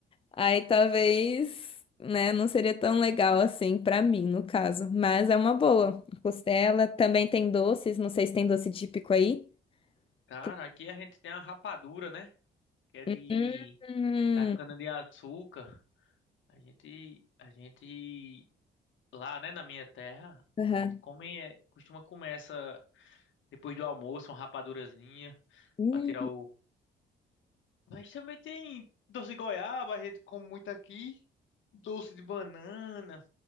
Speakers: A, on the left (about 25°); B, on the left (about 75°).
A: Aí talvez, né, não seria tão legal assim pra mim, no caso. Mas é uma boa. Costela também tem doces, não sei se tem doce típico aí.
B: Cara,
A: Que-
B: aqui a gente tem a rapadura, né, que é de
A: Hum,
B: da cana de açúcar. A gente a gente lá, né, na minha terra,
A: aham.
B: a gente come é, costuma comer essa depois do almoço, uma rapadurazinha
A: Hum.
B: pra tirar o Mas também tem doce de goiaba, a gente come muito aqui, doce de banana,